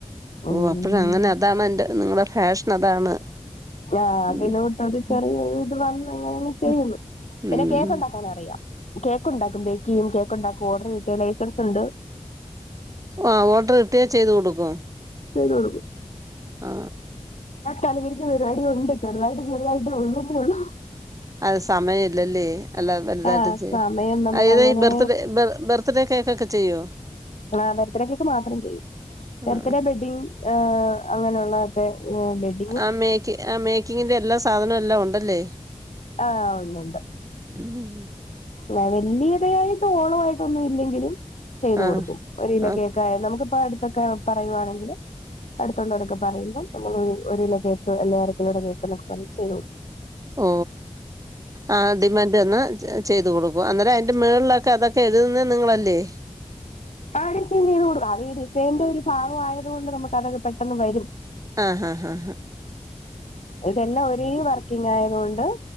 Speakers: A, on the left; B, on the right.
A: ഉം
B: ഓഹ് അപ്പഴ അങ്ങനെ അതാണ് എന്റെ നിങ്ങളടെ ഫാഷൻ അതാണ്
A: ആഹ് അതിലോട്ട്
B: ഉം.
A: ഒര് ചെറിയ
B: ഉം.
A: ഇത് വന്നങ്ങനെങ്ങ് ചെയ്യുന്നു
B: ഉം.
A: പിന്നെ
B: ഉം.
A: കേക്ക്‌ ഉണ്ടാ ക്കാനറിയാം കേക്ക് ഉണ്ടാക്കും ബേക്ക് ചെയ്യും കേക്ക് ഉണ്ടാക്കും ഓർഡർ കിട്ടിയ ലൈസൻസുണ്ട്
B: ആഹ് ഓർഡർ കിട്ടിയ ചെയ്തു കൊടുക്കും
A: ചെയ്ത് കൊടുക്കും
B: ആ.
A: എല്ലാ തലതിരിഞ്ഞ പരിവാടി ഒണ്ട് ചെറുതായിട്ട് ചെറുതായിട്ട് ഒള്ളു ന്ന്ള്ളൂ
B: അത് സമയം ഇല്ലല്ലേ അല്ല വലുതായിട്ട്
A: ആഹ്
B: ചെയോ
A: സമയം നമ്മൾ അങ്ങനെ
B: ബർത്ത്ഡേ ബർത്ത്ഡേ കേക്ക് ഒക്കെ ചെയ്യോ
A: ആഹ് ബെർത്ത്ഡേ കേക്ക് മാത്രം ചെയ്യും
B: ആ.
A: ബെർത്ത്ഡേ വെഡിങ് ആഹ് അങ്ങനെയുള്ളതൊക്കെ ചെയ്യും
B: ആഹ് മെക്കി മേക്കിങ്ങിന്റെ എല്ലാ സാധനവും എല്ലാം ഉണ്ടല്ലേ
A: ആഹ് ഉണ്ട് ഉണ്ട്
B: ഉം
A: വലിയതായിട്ട് ഓളം ആയിട്ടൊന്നും ഇല്ലെങ്കിലും ചെയ്തു
B: ആഹ്
A: കൊടുക്കും ഒരു കിലോ
B: ആ
A: കേക്ക് ആയ നമുക്കിപ്പോ അടുത്തൊക്കെ പറയുവാണെങ്കിൽ അടുത്തുള്ളവരൊക്കെ പറയുമ്പോൾ നമ്മൾ ഒരു കിലോ കേക്ക് അല്ലെങ്കി അര കിലോടെ കേക്ക് എന്നൊക്കെ പറഞ്ഞാൽ ചെയ്ത് കൊടുക്കും
B: ഓ ആ ഡിമാൻ്റ് വന്ന ചെയ്ത് കൊടുക്കും അന്നേരം അതിൻന്റെ മുകളിലൊക്കെ എഴുതുന്നത് നിങ്ങളല്ലേ
A: ആ ഡിസൈൻ ചെയ്തു കൊടുക്കാം ആ ഈ ഡിസൈന്റെ ഒരു ഭാഗം ആയത് കൊണ്ട് നമുക്ക് അതൊക്കെ പെട്ടെന്ന് വരും
B: ആ ഹാ ഹാ
A: ഇതെല്ലാം ഒരേ വർക്കിങ്ങ് ആയത് കൊണ്ട്